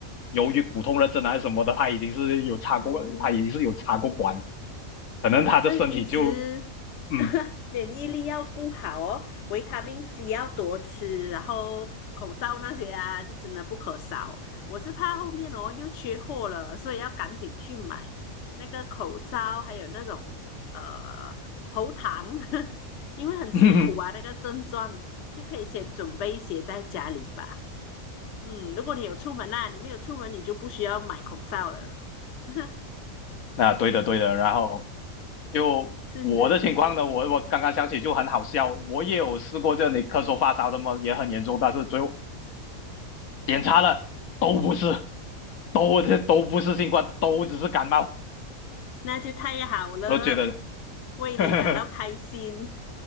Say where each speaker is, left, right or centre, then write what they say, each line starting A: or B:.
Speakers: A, on the left (about 80°); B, on the left (about 60°).
A: 由于骨痛热症还是什么的，他已经是有插过，
B: 哦，
A: 他已经是有插过管，可能他的身体就
B: 所以平时
A: 嗯，
B: <laughs> 免疫力要顾好哦，维他命 C 要多吃，然后口罩那些啊，就真的不可少。我是怕后面哦又缺货了，所以要赶紧去买那个口罩，还有那种呃喉糖，<laughs> 因为很辛苦啊，
A: <laughs>
B: 那个症状就可以先准备一些在家里吧。嗯，如果你有出门啦、你没有出门，你就不需要买口罩了。<laughs>
A: 那对的对的，然后就我的情况呢，
B: 是是
A: 我我刚刚想起就很好笑，我也有试过这里咳嗽发烧的嘛，也很严重，但是最后检查了都不是，都这都不是新冠，都只是感冒，
B: 那就太好了，
A: 我觉得。
B: 为你感到开心。
A: <laughs>